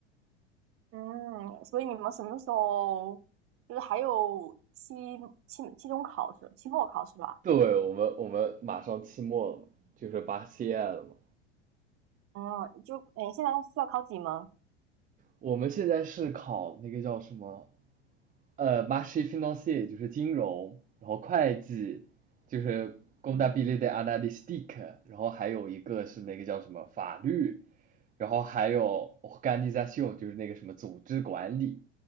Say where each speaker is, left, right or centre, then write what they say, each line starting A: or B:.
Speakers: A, on the right (about 40°); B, on the right (about 25°).
A: 嗯，所以你们什么时候就是还有期期期中考试、期末考试吧？
B: 对，我们我们马上期末了嘛，就是八 CI 了嘛。
A: 嗯，就诶，现在需要考几门？
B: 我们现在是考那个叫什么，呃 m a c h i financier 就是金融，然后会计就是工大
A: 嗯，
B: n t 的 b i l i t a n a l y s t i c 然后还有一个是那个叫什么法律，然后还有 o r g a n i i o n 就是那个什么组织管理。